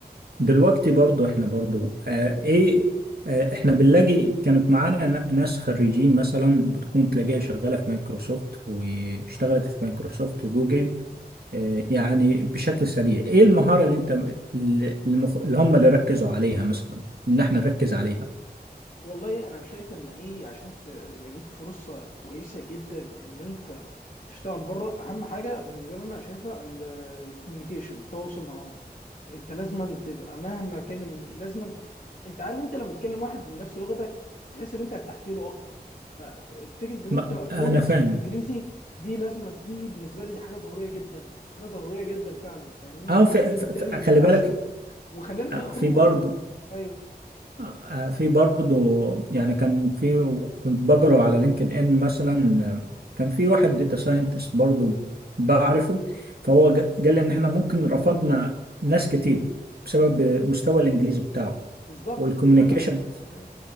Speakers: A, on the right; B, on the left.
A: دلوقتي برضو احنا برضو اه ايه اه احنا بنلاقي كانت معانا ن- ناس خريجين مثلا بتكون تلاقيها شغالة في مايكروسوفت واشتغلت في مايكروسوفت وجوجل اه يعني بشكل سريع ايه المهارة اللي انت اللي المف- اللي هم اللي ركزوا عليها مثلا ان احنا نركز عليها
B: والله انا شايف ان ايه عشان ت- يبقى ليك فرصه كويسه جدا ان انت تشتغل بره اهم حاجه بالنسبه لي انا شايفها الكوميونيكيشن التواصل معاهم انت لازما تبقى مهما كان الانج... لازما ت- انت عارف انت لما تكلم واحد من نفس لغتك تحس ان انت ارتحت له اكتر ففكره ان
A: ما
B: انت تبقى فلوينت
A: انا فاهم
B: في الانجليزي دي لازمه دي بالنسبه لي دي حاجه ضروريه جدا حاجه ضروريه جدا فعلا فاهمني
A: اه في
B: دي بالتالي
A: في- في- خلي
B: من احسن
A: بالك
B: وخلينا
A: آه،
B: اخد
A: في برضه
B: ايوه
A: آه، في برضه يعني كان في كنت بقرا على لينكد ان مثلا آه، كان في واحد داتا ساينتست برضه بعرفه فهو ج- قال لي ان احنا ممكن رفضنا ناس كتير بسبب مستوى الانجليزي بتاعه
B: بالظبط
A: والكوميونيكيشن
B: لا لا أيوة،